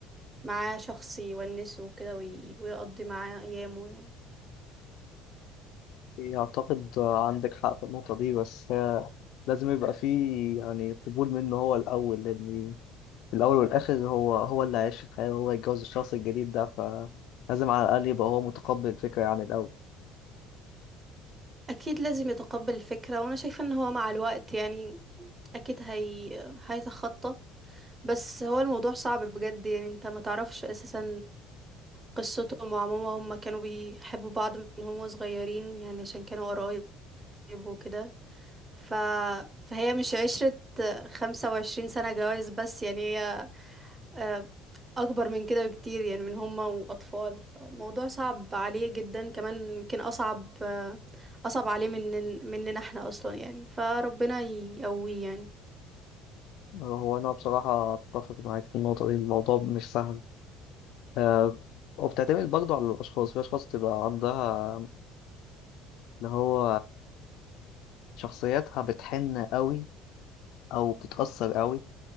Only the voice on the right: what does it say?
معاه شخص يونسه وكده وي... ويقضي معاه ايامه يعني
اكيد لازم يتقبل الفكرة وانا شايفة ان هو مع الوقت يعني اكيد هي هيتخطى بس هو الموضوع صعب بجد يعني انت ما تعرفش اساسا قصته مع ماما هما كانوا بيحبوا بعض من هما صغيرين يعني عشان كانوا قرايب وكده ف... فهي مش عشرة خمسة وعشرين سنة جواز بس يعني هي آه، اكبر من كده بكتير يعني من هما واطفال فالموضوع صعب عليه جدا كمان يمكن اصعب آه، اصعب عليه من مننا احنا اصلا يعني فربنا يقويه يعني